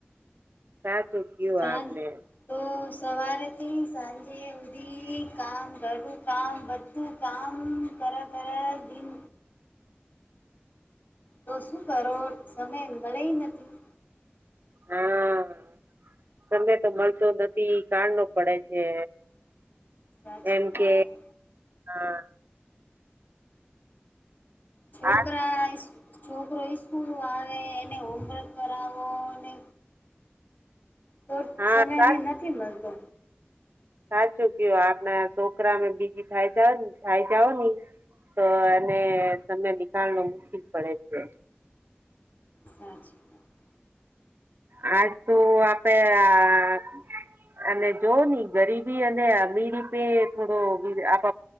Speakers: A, on the right; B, on the left.
A: સાચું કયું
B: સાંજ
A: આપને.
B: તો સવારેથી સાંજે ઉધી કામ કરું કામ બધું. કામ કરે કરે દિન તો શું કરો સમય મળે નથી
A: હા તમે તો મળતો નથી કાણ નો પડે છે
B: સાચી
A: એમ
B: વાત
A: કે હા
B: છોકરા
A: આ
B: ઇસકુ છોકરો ઇસ્કૂલો આવે એને હોમવર્ક કરાવો અને તો
A: હા
B: સમયની
A: સાચ
B: નથી મળતો
A: સાચું કેયુ આપણા છોકરામે બીજી થાય જા થાય જાઓ ને તો એને સમય નીકાળનો મુશકીલ પડે છે
B: સાચી વાત
A: આજ તો આપે આ અને જોવો ની ગરીબી અને અમીરી પે થોડો આપ